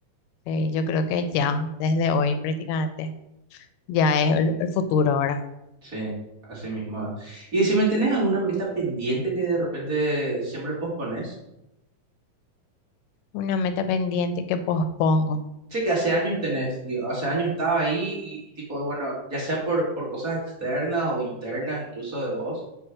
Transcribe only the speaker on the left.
eh, yo creo que ya, desde hoy prácticamente, ya es el, el futuro ahora.
Una meta pendiente que pospongo.